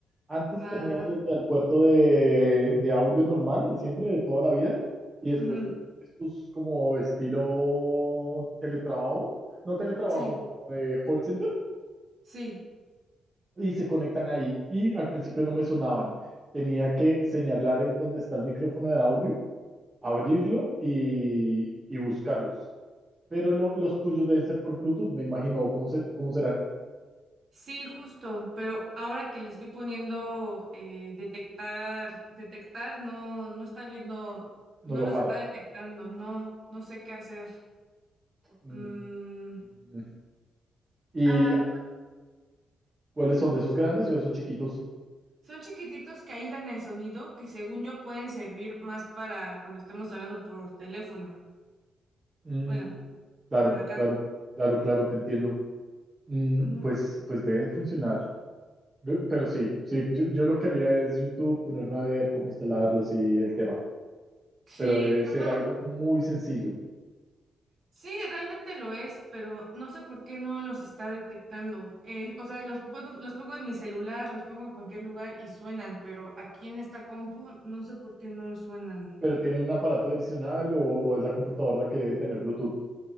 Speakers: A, on the right (about 15°); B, on the right (about 40°).
A: Antes
B: Ajá.
A: tenía los del puerto de, de audio normal, de siempre, de toda la vida, y después
B: ujú,
A: tengo estos como estilo teletrabajo, no teletrabajo,
B: Sí,
A: como de call center,
B: sí,
A: y se conectan ahí. Y al principio no me sonaban. Tenía que señalar en dónde está el micrófono de audio, abrirlo y, y buscarlos. Pero lo- los tuyos deben ser por Bluetooth, me imagino. ¿Cómo, se, cómo serán?
B: sí, justo. Pero ahora que le estoy poniendo eh, detectar, detectar, no, no está viendo,
A: No
B: no
A: lo
B: los
A: jala.
B: está detectando. No, no sé qué hacer.
A: Mm,
B: Mm,
A: mm. ¿Y
B: ah,
A: cuáles son? ¿De esos grandes o de esos chiquitos?
B: Son chiquititos que aíslan el sonido, que según yo pueden servir más para cuando estemos hablando por teléfono.
A: Mm,
B: Bueno,
A: claro,
B: por acá.
A: claro, claro, claro, te entiendo. Mm,
B: Mm,
A: pues, pues deben funcionar. Yo- Pero sí, sí, yo, yo lo que haría es YouTube, ponerme a ver cómo instalarlos y el tema.
B: Sí,
A: Pero debe ser
B: todo,
A: algo muy sencillo.
B: sí, realmente lo es, pero no sé por qué no los está detectando. Eh, o sea, los pongo, los pongo en mi celular, los pongo en cualquier lugar y suenan, pero aquí en esta compu no sé por qué no suenan.
A: ¿Pero tienen un aparato adicional o, o es la computadora la que debe tener Bluetooth?